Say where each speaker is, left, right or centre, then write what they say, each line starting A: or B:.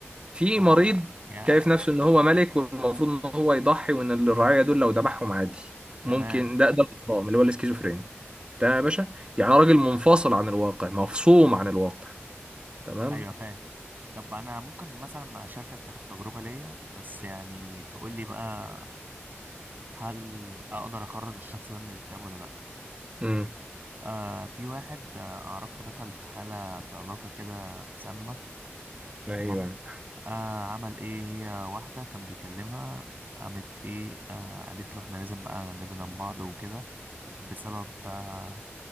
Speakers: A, on the right; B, on the right.
A: في
B: هو
A: مريض
B: يا
A: شايف نفسه ان هو ملك والمفروض ان هو يضحي وان الرعاية دول لو ذبحهم عادي
B: تمام
A: ممكن ده ده الفصام اللي هو الاسكيزوفرينيا ده يا باشا يعني راجل منفصل عن الواقع مفصوم عن الواقع تمام
B: ايوه فاهم طب انا ممكن مثلا اشاركك كده بتجربة ليا بس يعني تقول لي بقى هل اقدر اخرج الشخص ده من الاكتئاب ولا لا
A: امم
B: آه في واحد آه، اعرفه دخل في حالة في علاقة كده سامة
A: ايوه
B: تمام آه عمل ايه هي واحدة كان بيكلمها قامت ايه آه قالت له احنا لازم بقى نبعد عن بعض وكده بسبب آه